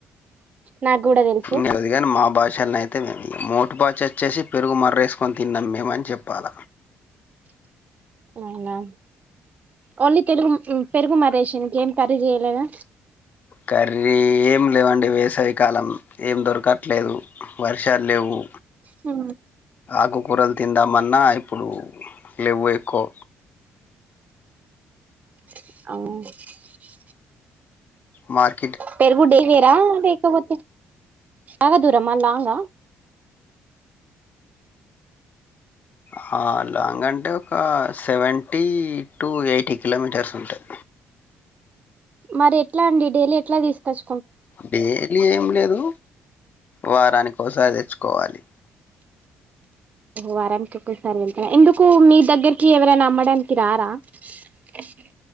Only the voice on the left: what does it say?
నిదిగారు మా భాష ల్లే మొత్తమేది మోటు బాచ వచ్చేసి పెరుగు మర్రేసుకొని తిన్నాం మేమని చెప్పాల.
కర్రీ ఏం లేవండి వేసవి కాలం ఏం దొరకట్లేదు, వర్షాలు లేవు.
ఆకుకూరలు తిందామన్నా ఇప్పుడు లెవ్వు ఎక్కువ.
మార్
హ లాంగ్ అంటే ఒక సెవెంటీ టు ఎయిటీ కిలోమీటర్స్ ఉంటాయి.
డైలీ ఏం లేదు వారానికి ఓసారి ఏచ్చుకోవాలి.